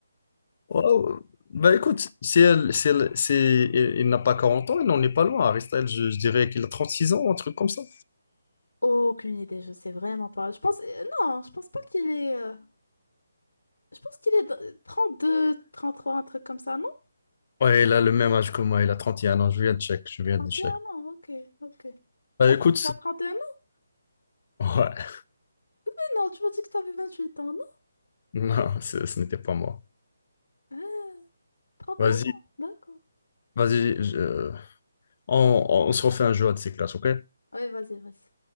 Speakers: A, on the left (about 45°); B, on the left (about 80°).
A: ouais, ouais. bah écoute, si elle, si elle- si il il n'a pas 40 ans, il n'en est pas loin. Harry Styles, je, je dirais qu'il a 36 ans, un truc comme ça.
B: Aucune idée, je sais vraiment pas. Je pense, euh, non, je pense pas qu'il est, euh, je pense qu'il est dans- euh, trente-deux, trente-trois, un truc comme ça, non?
A: Ouais, il a le même âge que moi, il a 31 ans. Je viens de check, je viens
B: Trente
A: de check.
B: et un ans, ok, ok.
A: Bah
B: Attends,
A: écoute, c'est-
B: tu as 31 ans?
A: ouais,
B: Mais non, tu m'as dit que t'avais huit ans, non?
A: <laughs> non, ce ce n'était pas moi.
B: Ah, 31
A: Vas-y,
B: ans, d'accord.
A: vas-y, je- on, on se refait un jeu à de ces classes, ok?
B: Ouais, vas-y, vas-y.